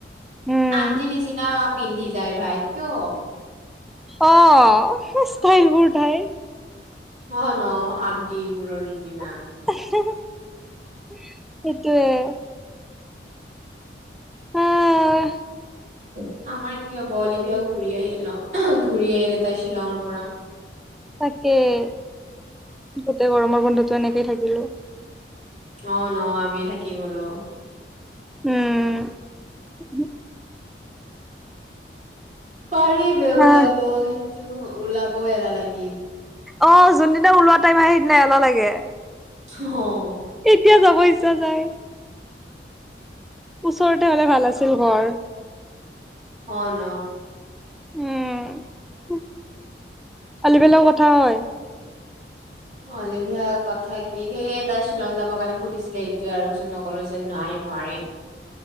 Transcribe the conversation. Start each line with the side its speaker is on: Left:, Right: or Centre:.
Centre: উম
Right: আন্ট নিচিনা পিন্ধিছে যাই ভাই কিয়?
Centre: অ সঠাইলবোৰ ঠাইৰ।
Right: অ ন আনটি বোৰ নিচিনা।
Centre: সেইটোৱে। আহ
Right: অ আমাৰ কি হ'ব অলিভিয়াও ঘূৰি আহিল ঘূৰি আহিলে তাই শ্বিলঙৰ পৰা।
Centre: তাকেই গোটেই গৰমৰ বন্ধতো এনেকেই থাকিলো।
Right: অ ন আমি থাকি গলো।
Centre: উম
Right: পাৰিবে ওলাব
Centre: আহ
Right: কিন্তু ওলাব এলা লাগি।
Centre: অ যোনদিনা ওলোৱা টাইম আহে সেইদিনাাই এলাহ লাগে।
Right: অহ
Centre: এতিয়া যাব ইচ্ছা যায় ওচৰতে হলে ভাল আছিল ঘৰ।
Right: অ'ন?
Centre: উম আল পেলাও কথা হয়।
Right: অলিভিয়া কথা কি সেইয়ে তাই শ্বিলং যাবৰ কাৰণে সুধিছিলে এইটোৱে আৰু পিছত মই ক'লো যে নাইন নোৱাৰিম